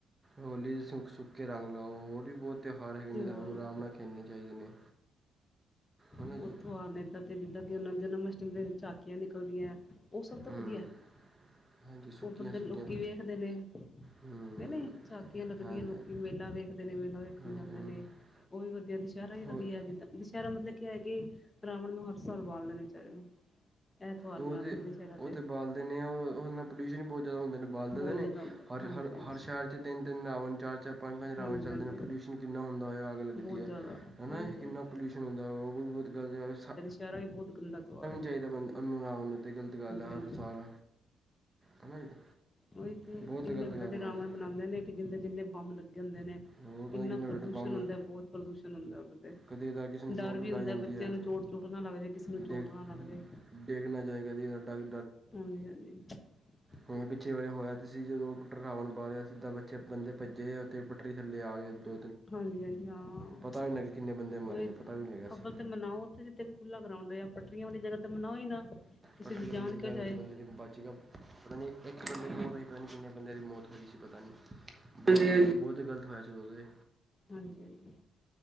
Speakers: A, on the right; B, on the left.
A: ਹੋਲੀ ਦੇ ਸੁਕ-ਸੁੱਕੇ ਰੰਗ ਲਾਓ, ਹੋਰ ਵੀ ਬੋਤ ਤਿਉਹਾਰ ਹੈਗੇ
B: ਅਤੇ
A: ਨੇ,
B: ਹੋਰ
A: ਸਾਨੂੰ ਰਾਮ ਨਾ ਖੇਲਣੇ ਚਾਈਦੇ ਨੇ। ਹੈ ਨਾ
B: ਬੋਤ
A: ਜੀ
B: ਤਿਉਹਾਰ ਨੇ ਏਦਾਂ 'ਤੇ ਜਿੱਦਾਂ ਕਿ ਉਨਾ ਜਨਮ ਅਸ਼ਟਮੀ ਦੇ ਝਾਕੀਆਂ ਨਿਕਲਦੀਆਂ। ਉਹ ਸਭ ਤੋਂ
A: ਹੂੰ
B: ਵਧੀਐ,
A: ਹਾਂਜੀ ਸੁੱਕੀਆਂ
B: ਉਹ ਬੰਦੇ ਲੋਕੀ
A: ਸੁੱਕੀਆਂ
B: ਵੇਖਦੇ ਨੇ‌।
A: ਹਾਂਜੀ
B: ਕੇ ਨਈ, ਝਾਕੀਆਂ ਲੱਗਦੀਆਂ।
A: ਹਾਂਜੀ
B: ਲੋਕੀ
A: ਹਾਂਜੀ
B: ਮੇਲਾ ਵੇਖਦੇ ਨੇ, ਮੇਲਾ ਵੇਖਨ
A: ਹਾਂਜੀ
B: ਜਾਂਦੇ
A: ਹਾਂਜੀ
B: ਨੇ। ਉਹ ਵੀ ਵਦੀਆ, ਦੁਸ਼ਹਿਰਾ ਵੀ ਵਦੀਆ
A: ਹੋਰ
B: ਜਿਦਾ ਦੁਸਹਿਰਾ ਮਤਲਬ ਕੀ ਐ ਕੇ, ਰਾਵਣ ਨੂੰ ਹਰ ਸਾਲ ਬਾਲਦੇ ਨੇ ਵਿਚਾਰੇ ਨੂੰ। ਇਹ ਤਿਉਹਾਰ
A: ਉਹ
B: ਮਨਾਉਂਦੇ
A: ਤੇ,
B: ਦੁਸਹਿਰਾ
A: ਉਹ 'ਤੇ ਬਾਲਦੇ ਨੇ ਓ। ਓਦੇ ਨਾਲ ਪੋਲਿਊਸ਼ਨ ਵੀ ਬੋਤ ਜਾਦਾ ਹੁੰਦੇ ਨੇ। ਬਾਲਦੇ
B: ਬਹੁਤ
A: ਦੇ ਨੇ,
B: ਜ਼ਿਆਦਾ ਹੁੰਦਾ
A: ਹਰ-ਹਰ
B: ਹਾਂਜੀ ਹਾਂਜੀ
A: ਹਰ ਸ਼ਹਿਰ 'ਚ ਤਿੰਨ-ਤਿੰਨ ਰਾਵਣ, ਚਾਰ-ਚਾਰ, ਪੰਜ- ਪੰਜ
B: ਹਾਂਜੀ
A: ਰਾਵਣ ਚੱਲਦੇ
B: ਹਾਂਜੀ
A: ਨੇ। ਪੋਲਿ ਧੂੰਅ ਕਿੰਨਾ ਹੁੰਦਾ ਹੈਗਾ ਅੱਗ ਲੱਗਦੀ
B: ਬਹੁਤ
A: ਐ,
B: ਜ਼ਿਆਦਾ
A: ਹੈਨਾ
B: ਉਹੀ
A: ਜੀ, ਕਿੰਨਾ
B: ਤੇ
A: ਪੋਲਿਊਸ਼ਨ ਹੁੰਦਾ, ਉਹ ਵੀ ਬੋਤ ਗੱਲ ਐ। ਸਾ
B: ਚੈਰਾ ਵੀ ਬੋਤ ਗੰਦਾ ਤਉਆਰ ਐ।
A: ਚਾਈਦਾ ਬੰਦ ਅਨ ਰਾਵਣ ਨੂੰ 'ਤੇ ਗਲਤ ਗੱਲ ਐ ਹਰ
B: ਹਾਂਜੀ
A: ਸਾਲ, ਹੈਨਾ ਜੀ।
B: ਓਹੀ 'ਤੇ,
A: ਬਹੁਤ
B: ਇੰਨੇ
A: ਗਲਤ
B: ਵੱਡੇ-ਵੱਡੇ
A: ਗੱਲ ਹੈ
B: ਰਾਵਣ
A: ਮੈਂ ਤਾਂ
B: ਬਨਾਂਦੇ ਨੇ, ਕਿ ਜਿੰਦੇ ਜਿੰਨੇ ਬੰਬ ਲੱਗੇ ਹੁੰਦੇ ਨੇ।
A: ਹੋਰ ਪਤਾ ਨਹੀਂ
B: ਇੰਨਾ
A: ਕਿੰਨੇ
B: ਪ੍ਰਦੂਸ਼ਨ
A: ਵੱਡੇ ਵੱਡੇ ਬੰਬ
B: ਹੁੰਦਾ
A: ਲੱਗ,
B: ਬੋਤ ਪ੍ਰਦੂਸ਼ਨ ਹੁੰਦਾ। ਓਦੇ 'ਤੇ
A: ਕਦੇ ਤਾਂ ਕਿਸੇ ਨੂੰ ਚੋਟ
B: ਡਰ ਵੀ
A: ਲੱਗ
B: ਹੁੰਦਾ,
A: ਜਾਂਦੀ
B: ਬੱਚਿਆਂ
A: ਹੈ
B: ਨੂੰ ਚੋਟ ਦੁੱਖ ਨਾ ਲੱਗ ਜੇ ਕਿਸੇ ਨੂੰ
A: ਡਿੱਗ
B: ਚੋਟ ਨਾ ਲੱਗ ਜੇ,
A: ਡਿੱਗ ਨਾ ਜਾਏ ਕਦੀ ਇਹਦਾ ਡਰ
B: ਹਾਂਜੀ-ਹਾਂਜੀ। <unintelligible>
A: ਹੁਨ ਪਿੱਛੇ ਗਜ਼ਬ ਹੋਇਆ। ਤੁਸੀ ਜਦੋਂ ਪ ਟਰਾਵਣ ਬਾਲਿਆ, ਸਿੱਧਾ ਬੱਚੇ-ਬੰਦੇ ਭੱਜੇ ਉੱਥੇ। ਬਟ 'ਤੇ ਥੱਲੇ ਆ ਗਏ ਦੋ।
B: ਹਾਂਜੀ-ਹਾਂਜੀ, ਹਾਂ।
A: ਪਤਾ ਵੀ ਨਹੀਂ ਲੱਗਿਆ ਕਿੰਨੇ ਬੰਦੇ ਮਰੇ
B: ਓਹੀ
A: ਨੇ
B: ਤੇ,
A: ਪਤਾ ਵੀ ਨਹੀਂ ਲੱਗਿਆ ਸੀ
B: ਅਬਲ 'ਤੇ ਮਨਾਓ ਉਥੇ ਜਿੱਥੇ ਖੁਲਾ ਗਰਾਉਂਡ ਏ ਆਪਾ। ਬਈ, ਉਹ ਵਾਲੀ ਜਗ੍ਹਾ 'ਤੇ ਮਨਾਉ ਈ ਨਾ। ਕਿਸੇ
A: ਪੱਟਰੀ
B: ਦੀ ਜਾਨ
A: ਵਾਲੀ
B: ਕਿਉਂ
A: ਜਗ੍ਹਾ
B: ਜਾਏ
A: ਸੁਬੰਧ ਵਿਚ ਬੱਚ ਗਿਆ ਹੁਨ। ਪਤਾ ਨੀ, ਇੱਕ ਬੰਦੇ ਦੀ ਮੌਤ ਹੋਈ, ਪਤਾ ਨੀ ਕਿੰਨਿਆ ਬੰਦਿਆਂ ਦੀ ਮੌਤ ਹੋਈ ਸੀ ਤਾਂ। ਹਾਂਜੀ, ਹਾਂਜੀ-ਹਾਂਜੀ। ਬੋਤ ਗ਼ਲਤ ਹੋਇਆ ਸੀ ਓਦੋ 'ਤੇ।
B: ਹਾਂਜੀ ਹਾਂਜੀ